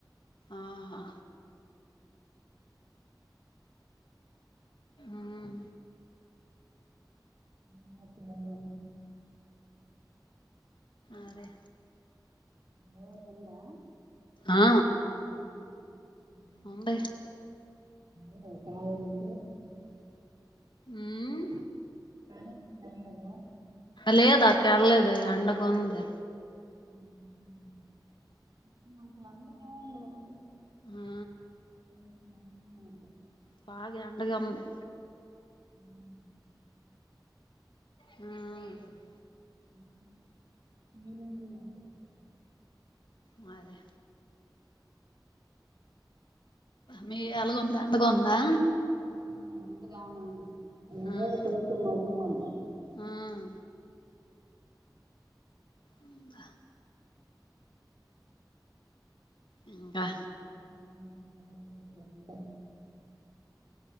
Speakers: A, on the left; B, on the right.
A: ఆహా ఉమ్
B: <unintelligible>
A: అదే
B: ఏమన్నా ఉందా
A: ఆ
B: అ <inaudible>
A: ఉంది
B: <unintelligible>
A: ఉమ్
B: <unintelligible>
A: లేదు అక్క ఏళ్ళలేదు. ఎండగుంది
B: <unintelligible>
A: ఆ బాగ ఎండగా ఉంది.
B: <unintelligible> <unintelligible>
A: ఉమ్
B: అ <inaudible>
A: మరే మీకు ఏలాగ ఉంది. ఎండగ ఉందా
B: ఆ అన్ని బాగానే ఉంది. <unintelligible>
A: ఉమ్
B: మబ్బుగా ఉంది
A: ఉమ్ ఉందా ఇంకా
B: అా <inaudible> <unintelligible> అయ్యింది వంట